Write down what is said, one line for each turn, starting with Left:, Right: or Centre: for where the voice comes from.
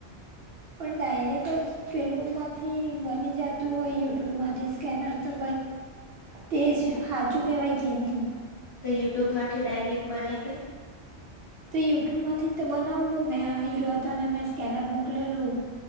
Right: પણ ડાયરેક્ટ જ પેલ માંથી બની જતું હોય યુટ્યુબ માંથી સ્કેનર તો તેજ સાાચું કેહેવાય કે નહી.
Left: તે યુટ્યુબ માંથી ડાયરેક્ટ બને કે?
Right: તો યુટ્યુબ માંથી બનાવલું મેંવાતોને મેં સ્કેનર મોકલેલું.